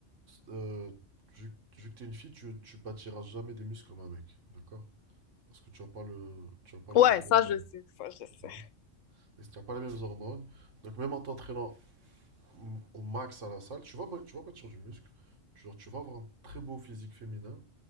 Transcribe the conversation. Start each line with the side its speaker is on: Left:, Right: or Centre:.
Right: euh, vu, que vu que t'es une fille, tu, tu bâtiras jamais des muscles comme un mec, d'accord? Parce que tu n'as pas le, tu as pas les
Left: Ouais,
Right: mêmes
Left: ça,
Right: hormones.
Left: je sais. Ça, je
Right: tu vois.
Left: sais.
Right: Et si tu n'as pas les mêmes hormones, donc même en t'entraînant m- au max à la salle, tu vas, bâ- tu vas bâtir du muscle. Tu, genre, tu vas avoir un très beau physique féminin,